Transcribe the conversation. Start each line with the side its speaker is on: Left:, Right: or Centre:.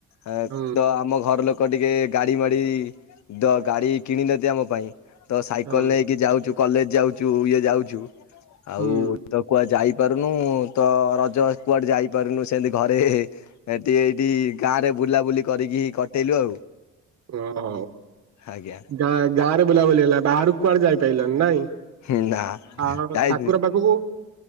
Left: ଅଁ
Right: ହୁଁ
Left: ତ ଆମ ଘର ଲୋକ ଟିକେ ଗାଡ଼ି ମାଡ଼ି ତ ଗାଡ଼ି କିଣିନାନ୍ତି ଆମ ପାଇଁ ତ ସାଇକେଲ
Right: ହଁ
Left: ନେଇକି ଯାଉଚୁ କଲେଜ ଯାଉଚୁ ଇଏ ଯାଉଛୁ। ଆଉ
Right: ହୁଁ
Left: ତ କୁଆ ଯାଇ ପାରୁନୁ ତ ରଜ କୁଆଡେ ଯାଇପାରୁନୁ ଏମିତି ଘରେ ଟିକେ ଏଇଠି ଗାଁ ରେ ବୁଲାବୁଲି କରିକି କଟେଇଲୁ ଆଉ।
Right: ଓହୋ
Left: ଆଜ୍ଞା
Right: ଗାଁ ଗାଁ ରେ ବୁଲାବୁଲି ହେଲା ବାହାରକୁ କୁଆଡେ ଯାଇପାରିଲାନି ନାଇଁ।
Left: ହୁଁ ନା
Right: ଆଉ
Left: ଯାଇଥିଲି
Right: ଠାକୁର ପାଖକୁ।